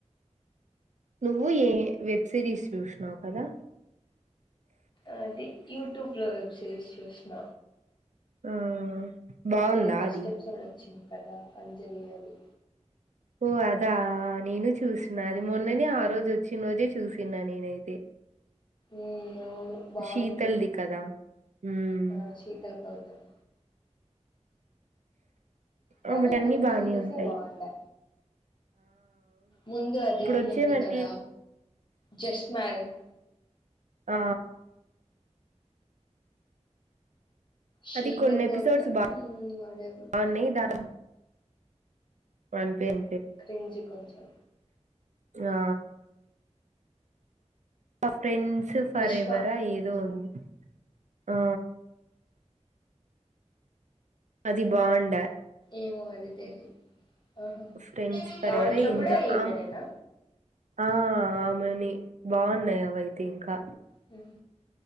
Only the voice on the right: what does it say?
నువు ఏ వెబ్ సిరీస్ సూశినావు కదా
ఆ బాగుందా
అది
ఓ అదా నేను చూసిన అది
మొన్ననే ఆ రోజొచ్చిన రోజే చూసిన నేనైతే
శీతల్ది కదా ఉమ్
ఆమెటన్ని
బానే
ఉంటయి
వచ్చేవన్నీ
ఆ
అది కొన్ని ఎపిసోడ్స్
బా
న్నాయి దాన్ పంపిం
ఆ మా ఫ్రెండ్స్ ఫరెఎవరా
ఏదో ఉంది ఆ అది బాగుండే
ఫ్రెండ్స్ ఫర్
ఎవరా ఏంటో
ఆమ్ ఆ అమని బాగున్నయవైతే ఇంకా